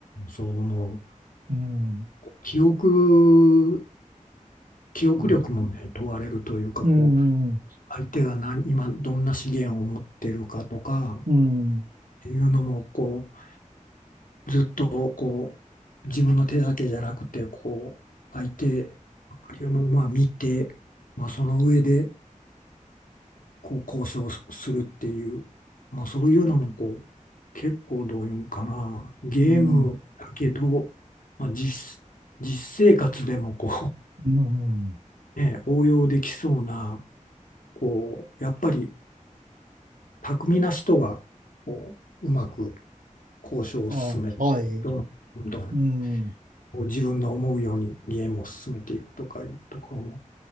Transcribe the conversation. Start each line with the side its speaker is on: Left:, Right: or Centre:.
Left: そう思う。
Right: うん、
Left: 記憶、記憶力もね、
Right: うん、
Left: 問われるというか、
Right: うん、
Left: こう、
Right: うん、
Left: 相手が何、今どんな資源を持ってるかとかっ
Right: うん、
Left: ていうのも、こう、ずっとこう、自分の手だけじゃなくて、こう、相手もまあ見て、まあその上で、こう、交渉するっていう、まあそういうのもこう、結構どういうんかな、ゲームだけど、
Right: うん、
Left: まあ実、実生活でもこ
Right: うん
Left: う、<laughs> ね、応用できそうな、こう、やっぱり巧みな人は、こう、うまく交渉を進めて、
Right: あ、はい、
Left: どんどん
Right: うん、
Left: こう自分の思うようにゲームを進めていくとかいうところも、